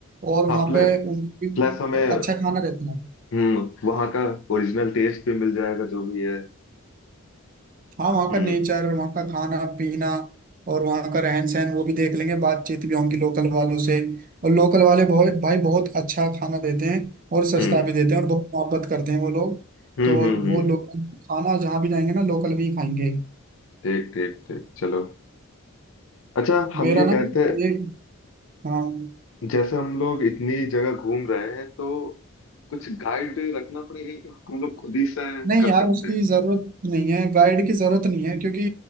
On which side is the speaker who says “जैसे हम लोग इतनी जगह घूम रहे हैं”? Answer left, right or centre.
Left